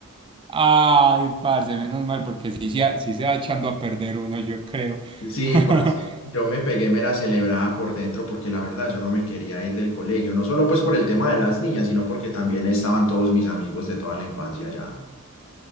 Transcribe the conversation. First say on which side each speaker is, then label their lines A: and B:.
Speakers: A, on the right; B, on the left.
A: Ay, parce, menos mal, porque sí, se- sí se va echando a perder uno, yo creo.
B: Sí,
A: <laughs>
B: parce, yo me pegué mera celebrada por dentro porque la verdad yo no me quería ir del colegio, no solo pues por el tema de las niñas, sino porque también estaban todos mis amigos de toda la infancia ya.